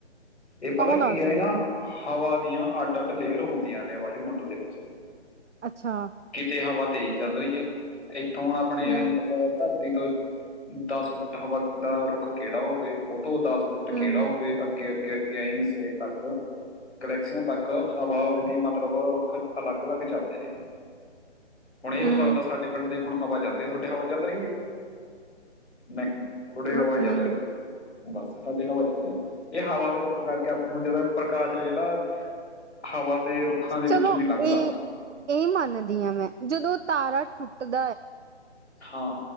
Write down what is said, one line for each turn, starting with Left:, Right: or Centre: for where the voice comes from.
Centre: ਏ ਪਤਾ
Right: ਤਾਂ ਦੱਸਦੇ।
Centre: ਕੀ ਏਹ ਨਾ ਹਵਾ ਦੀਆਂ ਅੱਡ ਅੱਡ ਲੇਅਰ ਹੁੰਦੀਆਂ ਨੇ ਵਾਯੂ ਮੰਡਲ ਦੇ ਵਿੱਚ।
Right: ਅੱਛਾ।
Centre: ਕਿਤੇ ਹਵਾ ਤੇਜ਼ ਚੱਲ ਰਹੀ ਆ ਇ ਤੂੰ ਆਪਣੇ ਯੈ
Right: ਹੂੰ,
Centre: ਨੀ ਪਤਾ ਧਰ ਤੀ ਤੋਂ ਦੱਸ ਵੂਟ ਹਵਾ ਦਾ ਰੁੱਖ ਕੇੜਾ ਹੋਵੇ? ਔ ਤੋਂ ਦਸ ਫੁੱਟ
Right: ਹੂੰ,
Centre: ਕੇੜਾ
Right: ਹੂੰ,
Centre: ਹੋਵੇ, ਅੱਗੇ ਅੱਗੇ ਅੱਗ ਗਿਆ ਇਣ ਸਿਰੇ ਤੱਕ ਗਲੈਕਸੀਆਂ ਤੱਕ ਹਵਾ ਵਿਧੀ ਮਤਲਬ ਰੁੱਖ ਅਲੱਗ ਅਲੱਗ ਚੱਲਦੇ ਨੇ, ਹੁਣ ਏ ਹੋ
Right: ਹੂੰ
Centre: ਸਕਦਾ ਸਾਡੇ ਪਿੰਡ ਦੇ ਹੁਣ ਹਵਾ ਚੱਲ ਰੀ ਐ, ਤੁਹਾਡੇ ਹਵਾ ਚੱਲ ਰਹੀ ਹੈ? ਨਹੀਂ। ਥੋਡੇ ਹਵਾ
Right: ਹਾਂ
Centre: ਨੀ ਚੱਲ
Right: ਨਹੀਂ
Centre: ਰੀ। ਬਸ ਸਾਡੀ ਹਵਾ ਚੱਲਰੀ ਆ, ਏ ਹਵਾ ਦੇ ਰੁੱਖ ਕਰਕੇ ਅਪਾਂ ਨੂੰ ਜਦੈ ਪ੍ਰਕਾਸ਼ ਐ ਜੇੜਾ ਹਵਾ ਦੇ ਰੁੱਖਾਂ ਦੇ ਵਿੱਚੋਂ
Right: ਚਲੋ
Centre: ਦੀ ਲੰਘਦਾ
Right: ਏ ਏ ਮੰਨਦੀ ਆਂ ਮੈਂ ਜਦੋਂ ਤਾਰਾ ਟੁੱਟ <unintelligible>
Centre: ਹਾਂ